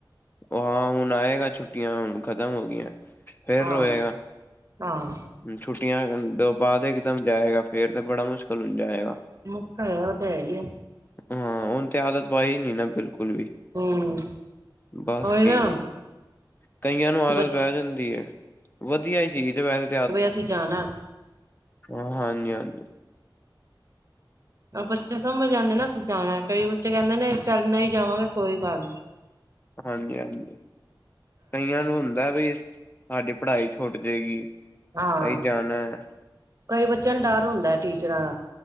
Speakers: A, on the left; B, on the right.
A: ਔ ਹਾਂ, ਹੁਣ ਆਏਗਾ, ਛੁੱਟੀਆਂ ਹੁਣ ਖਤਮ ਹੋ ਗਈਆਂ। ਫੇਰ
B: ਹਾਂ।
A: ਰੋਏਗਾ
B: ਹਾਂ।
A: ਛੁੱਟੀਆਂ ਤੋਂ ਬਾਅਦ ਇਕ ਦਮ ਜਾਏਗਾ, ਫੇਰ ਤਾਂ ਬੜਾ ਮੁਸ਼ਕਿਲ ਹੋ ਜਾਏਗਾ।
B: ਮੁਸ਼ਕਲ ਹੈ, ਉਹ ਤੇ ਹੈ ਹੀ ਹੈ।
A: ਹਾਂ ਔਨੂੰ ਤੇ ਆਦਤ ਪਾਈ ਨਹੀਂ ਨਾ ਬਿਲਕੁਲ ਵੀ।
B: ਹੂੰ
A: ਬਸ
B: ਉਹੀ
A: ਠੀਕ,
B: ਨਾ
A: ਕਈਆਂ ਨੂੰ ਆਦਤ
B: ਬੱਚ
A: ਪੈ ਜਾਂਦੀ ਹੈ। ਵਧੀਆ ਸੀਗੀ ਤੇ ਵੈਸ।
B: ਬਈ ਅਸੀ ਜਾਣਾ ਅੱਜ
A: ਹਾਂ ਹਾਂਜੀ ਹਾਂਜੀ।
B: ਬੱਚੇ ਸਮਝ ਜਾਂਦੇ ਨਾ, ਅਸੀ ਜਾਣਾ, ਕਈ ਬੱਚੇ ਕਹਿੰਦੇ ਨੇ, ਚੱਲ ਨਹੀਂ ਜਾਵਾਂਗੇ ਕੋਈ ਗੱਲ ਨਹੀਂ।
A: ਹਾਂਜੀ ਹਾਂਜੀ, ਕਈਆਂ ਨੂੰ ਹੁੰਦਾ। ਦਾ ਵੀ, ਸਾਡੀ ਪੜ੍ਹਾਈ ਛੁੱਟ ਜਾਏਗੀ, ਅਸੀ
B: ਹਾਂ
A: ਜਾਣਾ ਹੈ।
B: ਕਈ ਬੱਚਿਆਂ ਨੂੰ ਡਰ ਹੁੰਦਾ ਹੈ, ਟੀਚਰਾਂ ਦਾ।